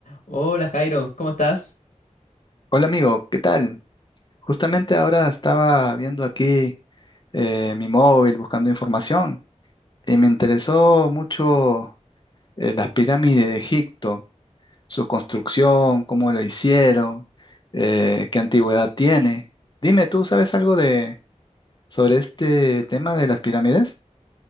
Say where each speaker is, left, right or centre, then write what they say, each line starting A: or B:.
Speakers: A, on the left; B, on the left.
A: Hola Jairo, ¿cómo estás?
B: Hola amigo, ¿qué tal? Justamente ahora estaba viendo aquí eh, mi móvil buscando información y me interesó mucho eh, las pirámides de Egipto, su construcción, cómo lo hicieron, eh, qué antigüedad tiene. Dime, ¿tú sabes algo de sobre este tema de las pirámides?